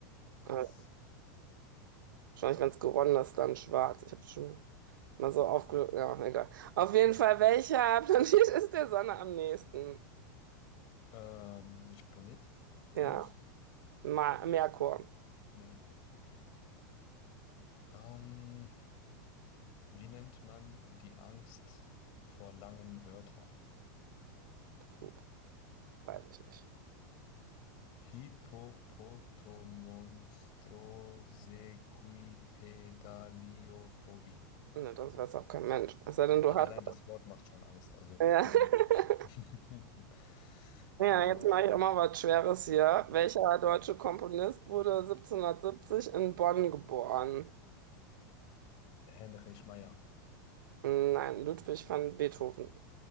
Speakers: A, on the left; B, on the right.
A: Yes.
B: Äh, wahrscheinlich, wenn es geronnen ist, dann schwarz. Ich habe schon mal so aufge... Ja, egal. Auf jeden Fall, welcher <laughs> Planet ist der Sonne am nächsten?
A: Ähm, welcher Planet? Venus?
B: Ja, Ma Merkur.
A: Merkur, okay. Ähm, wie nennt man die Angst vor langen Wörtern?
B: Gut, weiß ich nicht.
A: Hippopotomonstrosequipedaliophobie.
B: Ne, das weiß auch kein Mensch. Es sei denn, du
A: Also
B: hast...
A: allein das Wort macht schon Angst, also
B: Ja.
A: für
B: <laughs>
A: die. Leute. <laughs>
B: Ja,
A: Genau.
B: jetzt mache ich auch mal was Schweres hier. Welcher deutsche Komponist wurde 1770 in Bonn geboren?
A: Heinrich Meier.
B: Nein, Ludwig van Beethoven.